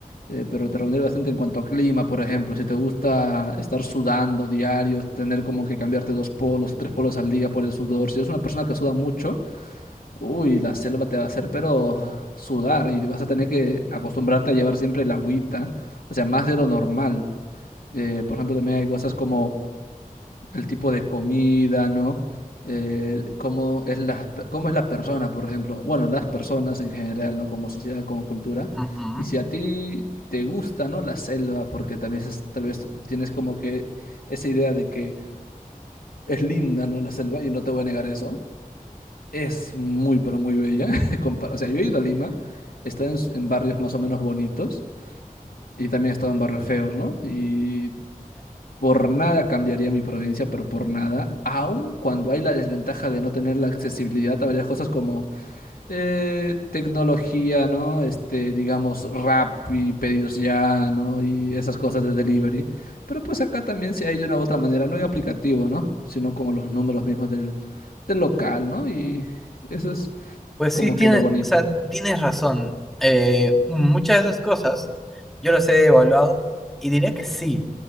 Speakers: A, on the left; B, in the centre.
A: Eh, pero te reuniré bastante en cuanto a clima, por ejemplo, si te gusta estar sudando diario, tener como que cambiarte dos polos, tres polos al día por el sudor, si eres una persona que suda mucho, Uy, la selva te va a hacer pero sudar y vas a tener que acostumbrarte a llevar siempre el agüita, o sea, más de lo normal. Eh, por ejemplo, también hay cosas como el tipo de comida, ¿no? Eh, cómo es la, cómo es la persona, por ejemplo. Bueno, las personas en general, ¿no? Como sociedad, como cultura.
B: Ujú.
A: Y si a ti te gusta, ¿no? La selva, porque también es- tal vez tienes como que esa idea de que es linda, ¿no? La selva, y no te voy a negar eso. Es muy, pero muy bella. <laughs> compar- O sea, yo he ido a Lima, he estado en, s- en barrios más o menos bonitos y también he estado en barrios feos, ¿no? Y por nada cambiaría mi provincia, pero por nada, aun cuando hay la desventaja de no tener la accesibilidad a varias cosas como eh, tecnología, ¿no? Este, digamos, Rappi, pedidos ya, ¿no? Y esas cosas de delivery. Pero pues acá también se hay de una u otra manera, no en aplicativo, ¿no? Sino como los números mismos del, del local, ¿no? Y eso es
B: Pues
A: como
B: sí, tiene,
A: que lo bonito.
B: o sea, tienes razón. Eh, muchas de esas cosas yo las he evaluado y diría que sí.